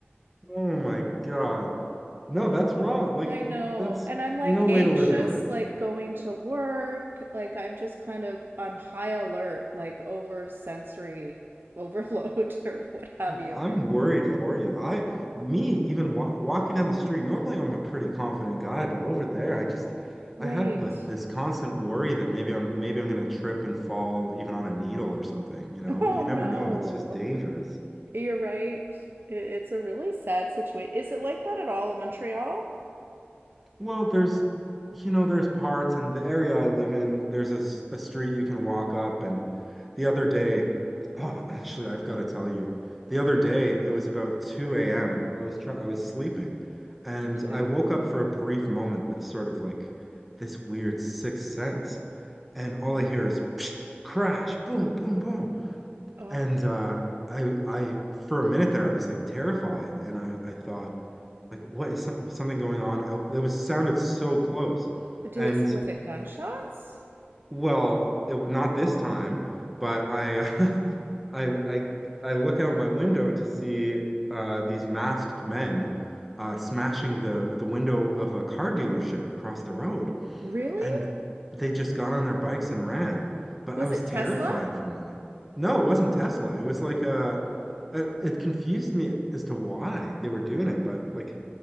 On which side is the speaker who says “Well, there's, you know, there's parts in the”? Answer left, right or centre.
Centre